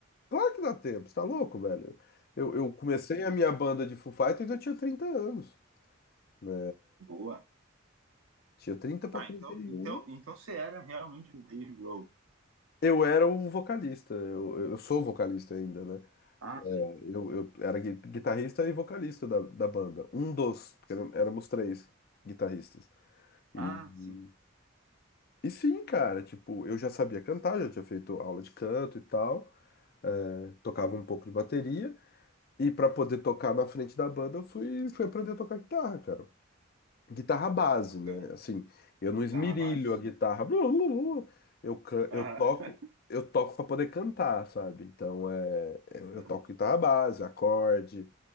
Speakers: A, on the left; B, on the right.
A: Claro que dá tempo, você tá louco, velho? Eu, eu comecei a minha banda de Foo Fighters, eu tinha 30 anos, né?
B: Boa.
A: Tinha trinta para
B: Ah,
A: trinta
B: então,
A: e
B: então,
A: um
B: então você era realmente o Dave Grohl.
A: Eu era o vocalista, eu, eu eu sou vocalista ainda, né?
B: Ah, sim.
A: Eu, eu era gui- guitarrista e vocalista da, da banda. Um dos, porque éram- éramos três guitarristas. E,
B: Ah, sim.
A: e sim, cara, tipo, eu já sabia cantar, já tinha feito aula de canto e tal, é, tocava um pouco de bateria. E pra poder tocar na frente da banda, eu fui, fui aprender a tocar guitarra, cara. guitarra base,
B: Bacana.
A: né? Assim, eu não esmirilho
B: Tá a base, sim.
A: a guitarra. Blu, blu, blu. Eu, can-
B: Ah,
A: eu toco,
B: <laughs>
A: eu toco para poder cantar, sabe? Então é, eu, eu
B: aham,
A: toco guitarra base, acorde.